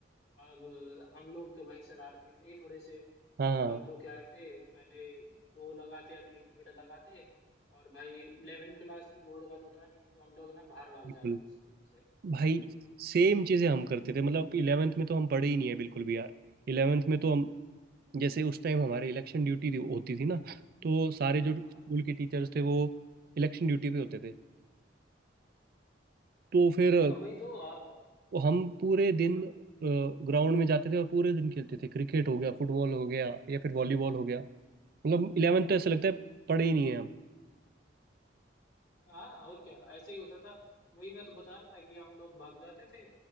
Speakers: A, on the left; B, on the right.
A: अब हम लोग तो भाई शरारती थे ही थोड़े से
B: हाँ
A: तो
B: हाँ
A: हम लोग क्या करते पहले दो लगाते या तीन पीरियड लगाते और भाई इलेवेंथ क्लास थी बोर्ड का तो था नहीं तो हम लोग ना बाहर भाग
B: बिल्कुल।
A: जाते थे स्कूल से
B: भाई
A: मौका लगते ही
B: सेम चीजें हम करते थे मतलब इलेवेंथ में तो हम पढ़े ही नहीं है बिल्कुल भी यार इलेवेंथ में तो हम जैसे उस टाइम हमारे इलेक्शन ड्यूटी होती थी ना तो सारे जो स्कूल
A: हाँ
B: के टीचर्स थे वो इलेक्शन ड्यूटी पे होते थे तो फिर
A: हाँ वही तो आ,
B: तो हम पूरे दिन
A: हाँ हाँ
B: ग्राउंड में जाते थे और पूरे दिन खेलते थे क्रिकेट हो गया फुटबॉल हो गया या फिर वॉलीबॉल हो गया मतलब इलेवेंथ तो ऐसा लगता है पढ़े ही नहीं है हम
A: हाँ, और क्या ऐसे ही होता था वही मैं तो बता रहा था कि हम लोग भाग जाते थे